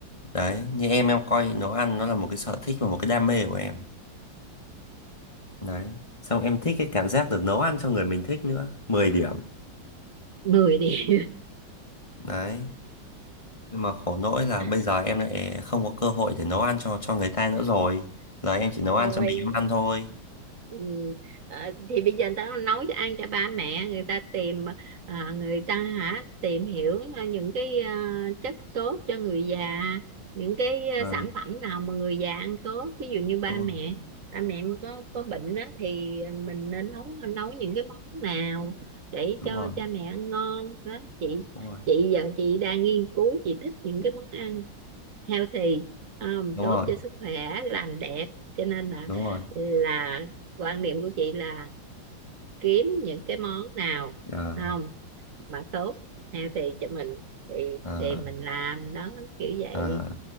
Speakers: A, on the left (about 20°); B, on the right (about 45°).
A: đấy như em em coi nấu ăn nó là một cái sở thích và một cái đam mê của em đấy xong em thích cái cảm giác được nấu ăn cho người mình thích nữa mười điểm
B: mười đi
A: đấy nhưng mà khổ nỗi là
B: <laughs>
A: bây giờ em lại không có cơ hội để nấu ăn cho cho người ta nữa rồi giờ em chỉ nấu ăn
B: thôi
A: cho mình em ăn thôi
B: ừ. Ờ, thì bây giờ người ta nấu cho ăn cho ba mẹ người ta tìm à, người ta hả tìm hiểu ờ, những cái à, chất tốt cho người già những cái à,
A: Ờ,
B: sản phẩm nào mà người già ăn tốt ví dụ như ba
A: đúng rồi
B: mẹ ba mẹ có có bệnh đó thì mình nên nấu nấu những cái món nào để
A: đúng
B: cho
A: rồi
B: cha mẹ ăn ngon đó chị
A: đúng rồi
B: chị giờ chị đang nghiên cứu chị thích những cái món ăn healthy um,
A: đúng
B: tốt
A: rồi
B: cho sức khỏe làm đẹp cho nên là
A: đúng rồi
B: là quan niệm của chị là kiếm những cái món nào
A: Ờ,
B: không mà tốt healthy cho mình thì
A: ờ,
B: thì mình làm đó kiểu vậy
A: ờ.